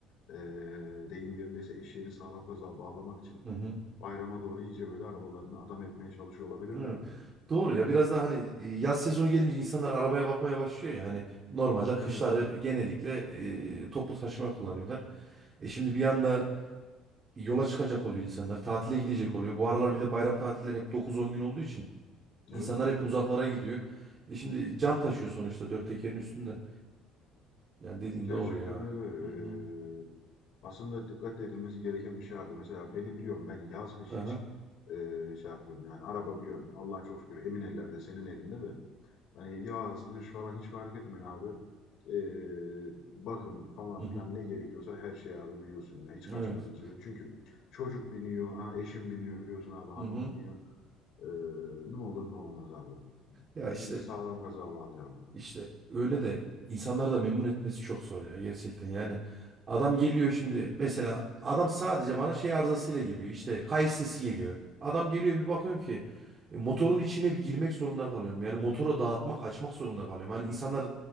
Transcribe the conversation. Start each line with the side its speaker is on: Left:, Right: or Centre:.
Left: eee, deyim yerindeyse eşeğini sağlam kazığa bağlamak için
Right: Hı hı.
Left: bayrama doğru iyice böyle arabalarını adam etmeye çalışıyor olabilirler
Right: Evet.
Left: mi?
Right: Doğru ya biraz daha hani e, yaz sezonu gelince insanlar arabaya bakmaya başlıyor ya hani normalde
Left: Evet,
Right: kışları genellikle e, toplu taşıma kullanıyorlar. E şimdi bir anda yola çıkacak oluyor insanlar tatile gidecek oluyor. Bu aralar bir de bayram tatilleri hep 9-10 gün olduğu için insanlar
Left: evet,
Right: hep
Left: evet.
Right: uzaklara gidiyor. E şimdi can taşıyor sonuçta dört tekerin üstünde. Yani dediğin
Left: Gerçekten
Right: doğru ya.
Left: öyle.
Right: Hı hı.
Left: Eee, aslında dikkat edilmesi gereken bir şey abi. Mesela beni biliyorum ben yaz kış
Right: Aha.
Left: hiç eee, şey yapmıyorum yani. Araba biliyorum Allah'a çok şükür emin ellerde senin elinde de. Hani yaz, kış falan hiç fark etmiyor abi. Ee, bakım falan
Right: Hı hı.
Left: filan ne gerekiyorsa her şey abi biliyorsun ya. Hiç
Right: Hı
Left: kaçmıyor
Right: hı. Evet.
Left: önceden. Çünkü çocuk biniyor, ha, eşim biniyor biliyorsun abi, hanım
Right: Hı hı.
Left: biniyor. Ee, ne olur ne olmaz abi.
Right: Ya işte
Left: Biz sağlam kaza bağlayalım.
Right: İşte öyle de insanları da memnun etmesi çok zor ya gerçekten. Yani adam geliyor şimdi mesela adam sadece bana şey arızasıyla geliyor. İşte kayış sesi geliyor. Adam geliyor bir bakıyorum ki e, motorun içine bir girmek zorunda kalıyorum. Yani motoru dağıtmak, açmak zorunda kalıyorum. Hani insanlar